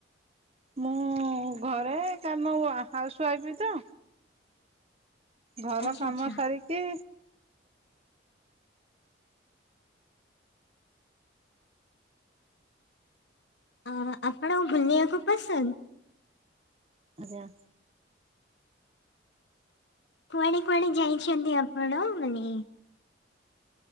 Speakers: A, on the right; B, on the left.
A: ମୁଁ ଘରେ କାମ ହାଉସ ୱାଇଫ ତ। ଘର
B: ଆଚ୍ଛା
A: କାମ
B: ଆଚ୍ଛା
A: ସାରିକି
B: ଆଁ ଆପଣଙ୍କୁ ଘୁନିବାକୁ ପସନ୍ଦ।
A: ଆଜ୍ଞା।
B: କୁଆଡେ କୁଆଡେ ଯାଇଛନ୍ତି ଆପଣ? ମାନେ